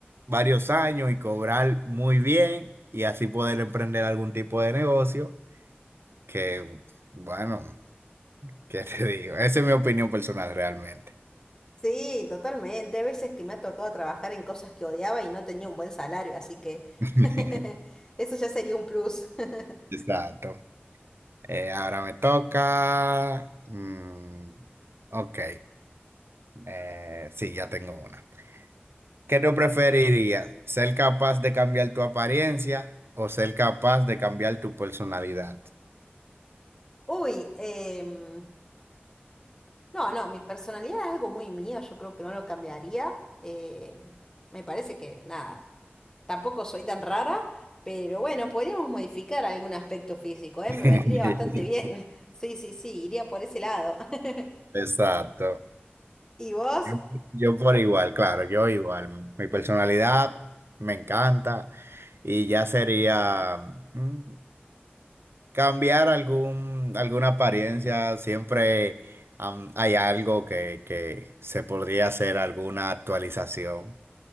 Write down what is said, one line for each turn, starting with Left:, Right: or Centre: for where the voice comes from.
Right: varios años y cobrar muy bien y así poder emprender algún tipo de negocio que, bueno, ¿qué te digo? Esa es mi opinión personal realmente.
Left: Sí, totalmente. Hay veces que me ha tocado trabajar en cosas que odiaba y no tenía un buen salario, así que
Right: <laughs>
Left: <laughs> eso ya sería un plus. <laughs>
Right: Exacto. Eh, ahora me toca. Mm, ok, eh, sí, ya tengo una. ¿Qué tú preferirías? ¿Ser capaz de cambiar tu apariencia o ser capaz de cambiar tu personalidad?
Left: Uy, em, no, no, mi personalidad es algo muy mío, yo creo que no lo cambiaría. eh, me parece que nada. Tampoco soy tan rara, pero bueno, podríamos modificar algún aspecto físico, ¿eh?
Right: <laughs>
Left: Me vendría bastante bien. <laughs> Sí, sí, sí, iría por ese lado. <laughs>
Right: Exacto.
Left: ¿Y vos?
Right: Yo, yo por igual, claro, yo igual. Mi personalidad me encanta y ya sería... mm, cambiar algún, alguna apariencia, siempre am, hay algo que, que se podría hacer, alguna actualización.